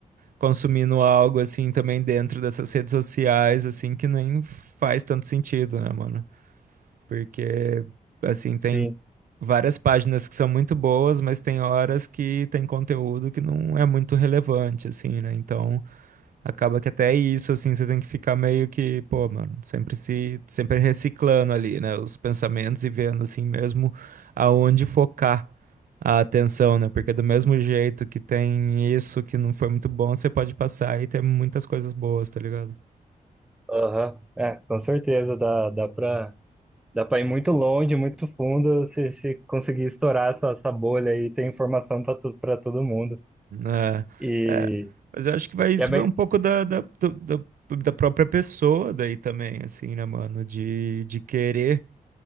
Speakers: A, on the right (about 70°); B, in the centre.
A: consumindo algo assim também dentro dessas redes sociais, assim, que nem faz tanto sentido, né, mano? Porque, assim, tem
B: Sim.
A: várias páginas que são muito boas, mas tem horas que tem conteúdo que não é muito relevante, assim, né? Então, acaba que até isso, assim, você tem que ficar meio que, pô, mano, sempre se, sempre reciclando ali, né? Os pensamentos e vendo, assim, mesmo aonde focar a atenção, né? Porque do mesmo jeito que tem isso que não foi muito bom, você pode passar e ter muitas coisas boas, tá ligado?
B: Aham. É, com certeza dá, dá pra, dá pra ir muito longe, muito fundo se, se conseguir estourar essa, essa bolha e ter informação pra, tu, pra todo mundo.
A: É,
B: E,
A: é, mas eu acho que vai, isso
B: e é bem.
A: vai um pouco da, da, do- da, da própria pessoa daí também, assim, né, mano? De, de querer